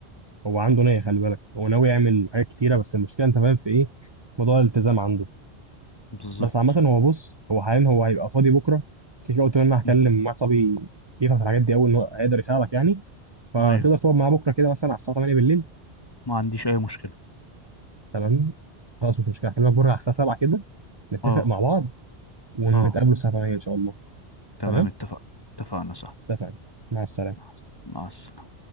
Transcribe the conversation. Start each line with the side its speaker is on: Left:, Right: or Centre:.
Right: هو عنده نية خلي بالك هو ناوي يعمل حاجات كتيرة بس المشكلة انت فاهم في ايه موضوع الالتزام عنده
Left: بالظبط
Right: بس عامة هو بص هو حاليا هو هيبقى فاضي بكرة كده كده قلت له ان انا هكلم
Left: م.
Right: مع صبي يفهم في الحاجات دي اول ان هو هيقدر يساعدك يعني فتقدر
Left: ايوه
Right: تقعد معاه بكرة كده مثلا على الساعة 8 بالليل
Left: ما عنديش اي مشكلة
Right: تمام خلاص مش مشكلة هكلمك بكرة على الساعة 7 كده نتفق
Left: اه
Right: مع بعض ونتقابلوا
Left: اه
Right: الساعة 8 ان شاء الله
Left: تمام
Right: تمام
Left: اتفق اتفقنا صح
Right: اتفقنا مع السلامة
Left: مع مع السلامة